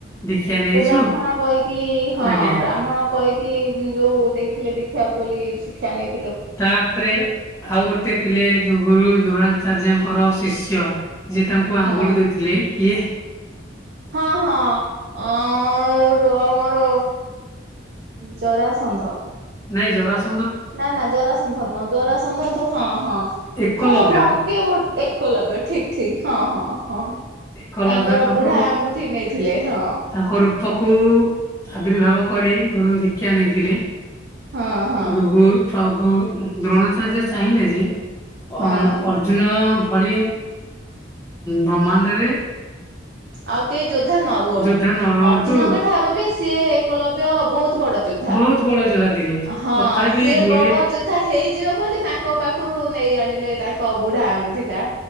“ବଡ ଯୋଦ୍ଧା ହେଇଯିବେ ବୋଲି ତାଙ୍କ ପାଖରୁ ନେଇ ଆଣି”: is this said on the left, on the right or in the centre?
Right